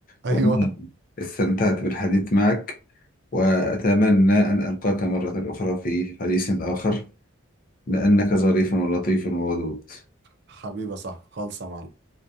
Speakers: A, on the right; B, on the left.
A: ايوه
B: وأنا استمتعت بالحديث معك وأتمنى أن ألقاك مرة أخرى في حديث آخر لأنك ظريف ولطيف وودود
A: حبيبة صح خالصة يا معلم